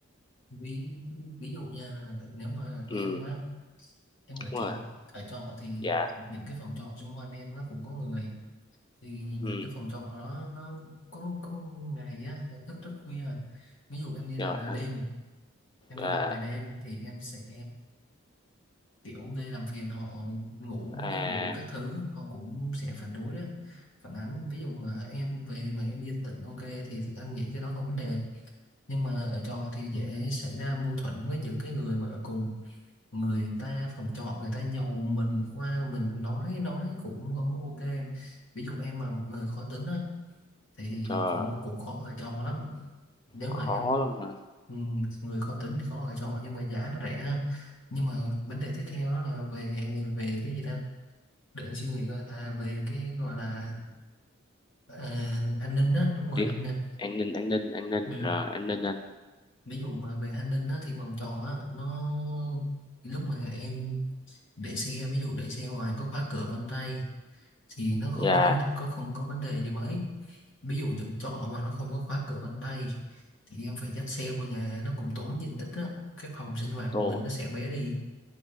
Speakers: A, on the left (about 60°); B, on the left (about 20°).
A: ví ví dụ nha nếu mà em
B: Ừm,
A: á em ở trọ
B: đúng rồi.
A: ở trọ thì
B: Dạ.
A: những cái phòng trọ xung quanh em nó cũng có người thì những
B: Ừm,
A: cái phòng trọ đó nó có có ngày á hoặc thức rất khuya ví dụ em đi làm
B: rồi
A: về
B: anh.
A: đêm em đi
B: À,
A: làm về đêm thì em sẽ kiểu gây làm phiền họ ngủ
B: à,
A: giấc ngủ các thứ họ cũng sẽ phản đối đó. phản ánh ví dụ mà em về mà em yên tĩnh ok thì anh nghĩ cái đó không vấn đề nhưng mà ở trọ thì dễ xảy ra mâu thuẫn với những cái người mà ở cùng người ta phòng trọ người ta nhậu mình qua mình nói nói cũng không có ok ví dụ em mà một người khó tính á thì
B: trời,
A: cũng cũng khó ở trọ lắm nếu mà
B: khó
A: em
B: lắm mà.
A: ừ, người khó tính thì khó ở trọ nhưng mà giá nó rẻ nhưng mà vấn đề tiếp theo đó là về về cái gì ta để anh suy nghĩ coi à về cái gọi là ờ, an ninh á đúng rồi
B: Đi-
A: an ninh
B: An ninh, an ninh, an ninh,
A: ừ.
B: rồi an ninh anh.
A: ví dụ mà về an ninh á thì vòng tròn á nó lúc mà em để xe ví dụ để xe ngoài có khóa cửa vân tay thì nó không
B: Dạ.
A: có vấn có không có vấn đề gì mấy ví dụ những trọ mà nó không có khóa cửa vân tay thì em phải dắt xe vô nhà nó cũng tốn diện tích á cái phòng sinh hoạt
B: Ồ,
A: của mình nó sẽ bé đi